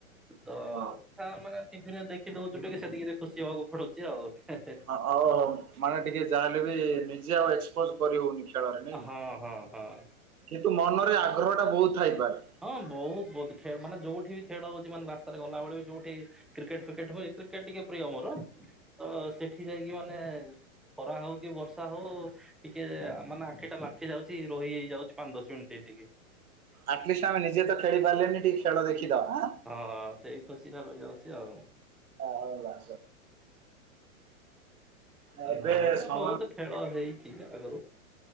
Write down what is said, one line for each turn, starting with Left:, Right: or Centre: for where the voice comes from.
Centre: ତ
Right: ହଁ
Centre: ତା ମାନେ ଟିଭିରେ ଦେଖି ଦଉଛୁ ଟିକେ ସେତିକି ଖୁସି ହବାକୁ ପଡୁଛି ଆଉ
Right: ହଉ ହଉ ମାନେ ଟିକେ ଯାହା ହେଲେବି ନିଜେ ଆଉ ଏ କରି ହଉନି ଖେଳରେ ନାଇଁ
Centre: ହଁ ହଁ ହଁ।
Right: କିନ୍ତୁ ମନରେ ଆଗ୍ରହଟା ବହୁତ ଥାଇପାରେ
Centre: ହଁ ବହୁତ ବହୁତ ଖେ ମାନେ ଯୋଉଠି ଖେଳ ହଉଛି ମାନେ ରାସ୍ତାରେ ଗଲାବେଳେ ବି ଯୋଉଠି କ୍ରିକେଟ ଫିକେଟ ହଉ କ୍ରିକେଟ ଟିକେ ପ୍ରିୟ ମୋର ତ ସେଠି ଯାଇକି ମାନେ ଖରା ହଉ କି ବର୍ଷା ହଉ ଟିକେ ମାନେ ଆଖିଟା ଲାଖୀ ଯାଉଛି ରହି ହେଇ ଯାଉଛି ପାଞ୍ଚ ଦଶ ମିନିଟ୍ ଟିକେ
Right: ଆଟଲିଷ୍ଟ ଆମେ ନିଜେ ତ ଖେଳି ପାରିଲନି ଟିକେ ଖେଳ ଦେଖିଦବା
Centre: ହଁ ସେଇ ଖୁସିଟା ରହିଯାଉଛି ଆଉ
Right: ଆଉ ଏବେ
Centre: ନହେଲେ
Right: ସମୟ
Centre: ବହୁତ
Right: ହଁ।
Centre: ଖେଳ ହେଇଛି ଆଗରୁ